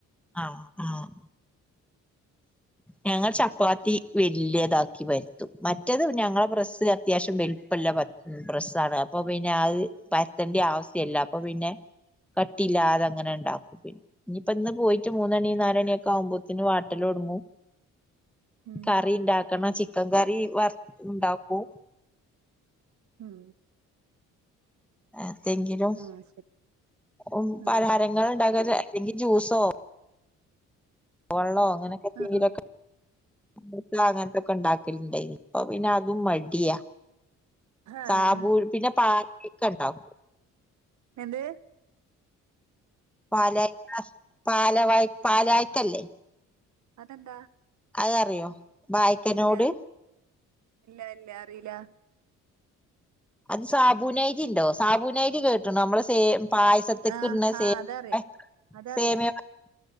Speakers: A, in the centre; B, on the right.
A: ആഹ് ആഹ്
B: <inaudible>
A: ഞങ്ങൾ ചപ്പാത്തി വല്ലെതാക്കി പരത്തും മറ്റത് ഞങ്ങളെ പ്രസ്സ് അത്യാവശ്യം വെൽപ്പ <unintelligible> പ്രസ്സാണ് അപ്പൊ പിന്നെ അത് പര്തൻഡ്യാവ്സ്യല്ല്യ അപ്പൊ പിന്നെ കട്ടില്ലാതെ അങ്ങനെ ഇണ്ടാക്കും പിന്നെ ഇഞ്ഞ്‌പ്പ ഇന്ന് പോയിട്ട് മൂന്നണി നാലണിയൊക്കെ ആവുമ്പോത്തിന് വാ ട്ടൽ തൊടങ്ങും
B: ഉം
A: കറി ഇണ്ടാകണം ചി ചിക്കൻ കറി വർ ഉണ്ടാക്കും
B: ഉം
A: അങ്ങനെ എത്തെങ്കിലും
B: ആഹ് ശരി
A: ഉം പലഹാരങ്ങൾ
B: ആഹ്
A: ഇണ്ടാക്കാ ചാ അല്ലെങ്കി ജ്യൂസോ വളോ അങ്ങനൊക്കെ എത്തെങ്കിലൊക്കെ
B: ആഹ്
A: നമ്മളെപ്പളും അങ്ങൻത്തൊക്കെ ഉണ്ടാക്കല്ണ്ടായിനി ഇപ്പൊ പിന്നെ അതും മടിയാ
B: ആഹ്
A: സാബൂൽ പിന്നെ പാക്ക് ഒക്കെ ഇണ്ടാവു
B: എന്ത്?
A: പാലായി പാലവായ്ക്ക പാലായ്ക്കല്ലേ?
B: അതെന്താ
A: അയ് അറിയോ? വായക്കനോട്
B: ഇല്ല ഇല്ല ഇല്ല അറീല.
A: അത് സാബൂനെയ്രി ഇണ്ടോ സാബൂനെയ്രി കേട്ട്ണോ അമ്മൾ സേ പായസത്ത്ക്ക്
B: ആഹ്
A: ഇട്ണ
B: ആഹ്
A: സേ
B: അതറിയാ
A: <inaudible>
B: അതറിയാ
A: സേമെ പായ